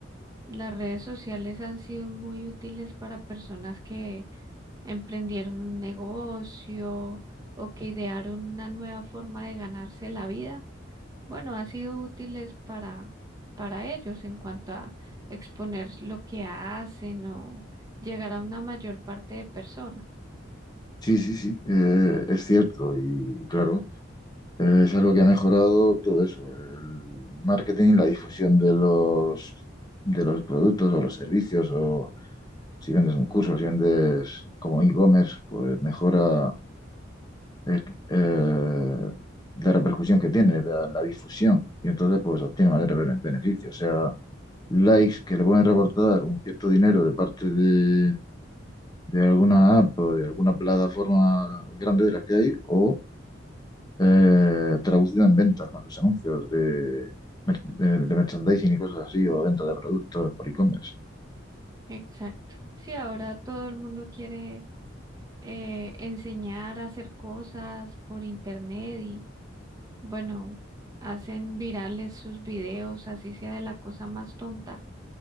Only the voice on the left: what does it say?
Sí, sí, sí, eh, es cierto y claro, eh, es algo que ha mejorado todo eso, el marketing, la difusión de los, de los productos o los servicios o si vendes un curso, si vendes como e-commerce, pues mejora eh, eh, la repercusión que tiene, la, la difusión, y entonces pues obtiene mayor bene- beneficio, o sea, likes que le pueden reportar un cierto dinero de parte de, de alguna app o de alguna plataforma grande de las que hay, o eh, traducido en ventas con sus anuncios de, mer- de, de merchandising y cosas así, o venta de productos por e-commerce.